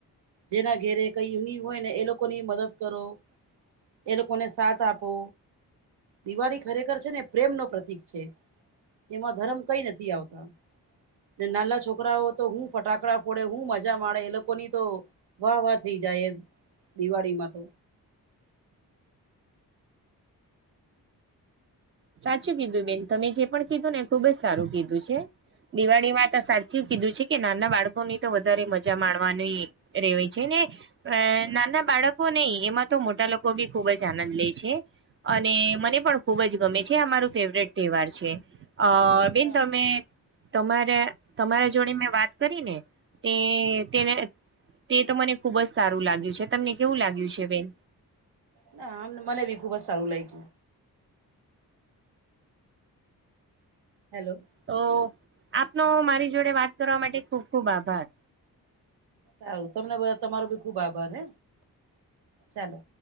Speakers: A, on the right; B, on the right.
A: જેના ઘેરે કઈ હોય ને એ લોકો ની મદદ કરો એ લોકોને સાથ આપો દિવાળી ખરેખર છે ને પ્રેમ ન પ્રતિક છે. એમાં ધરમ કઈ નથી આવતા નાના છોકરાઓ તો હું ફટાકડા પડે હું મજા માે એ લોકોની તો વાહ વાહ થઈ જાય એ દિવાળીમાં તો
B: સાચું કીધું બેન તમે જે પણ કીધું ને ખુબ જ સારું કીધું છે દિવાળી માં તો સાચી કીધું છે કે નાના બાળકો ની તો વધારે મજા માણવાનું એ રેવાય છે ને અ નાના બાળકો નહી એમાં તો મોટા લોકો બી ખુબ જ આનંદ લે છે અને મને પણ ખુબજ ગમે જે અમારું ફેવરેટ તહેવાર છે, અ બેન
A: હા.
B: તમે તમારા તમારા જોડે મેં વાત કરી ને તે તેને તે તો મને ખુબ જ સારું લાગ્યું છે તમને કેવું લાગ્યું છે, બેન
A: ના આમ મને બી ખુબ જ સારું લાગ્યુ હેલો
B: તો આપનો મારી જોડે વાત કરવા માટે ખુબ ખુબ આભાર
A: સારું તમને તમારો બી ખુબ આભાર હે ચાલો